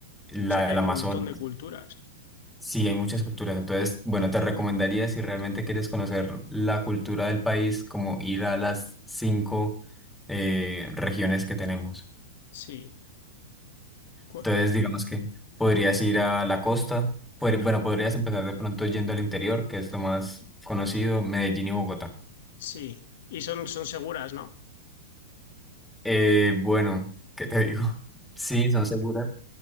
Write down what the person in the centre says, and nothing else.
la
del
Amazonas.
Sí, hay muchas culturas. Entonces, bueno, te recomendaría si realmente quieres conocer la cultura del país, como ir a las cinco eh, regiones que tenemos.
Entonces, digamos que podrías ir a la costa, podr- bueno, podrías empezar de pronto yendo al interior, que es lo más conocido, Medellín y Bogotá.
Eh, bueno, ¿qué te digo? <laughs> Sí, son seguras.